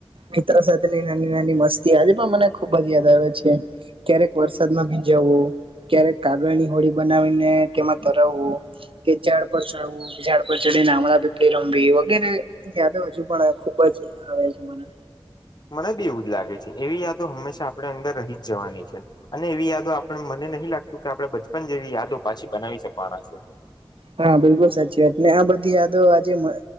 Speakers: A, on the right; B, on the left.
A: મિત્ર સાથેની નાની નાની મસ્તી આજે પણ મને ખુબ જ યાદ આવે છે. ક્યારેક વરસાદમાં ભીંજવવું, ક્યારેક કાગળની હોડી બનાવીને તેમાં તરવવું કે ઝાડ પર ચડવું, ઝાડ પર ચડને આમણા પીપડી રમવી વગેરે યાદો હજુ પણ ખુબ જ આવે છે મને.
B: મને બી એવું જ લાગે છે. એવી યાદો હંમેશા આપડે અંદર રહી જ જવાની છે અને એવી યાદો આપડે મને નહી લાગતું કે આપડે બચપન જેવી યાદો પાછી બનાવી શકવાના છે.
A: હા, બિલકુલ સાચી વાત ને આ બધી યાદો આજે મ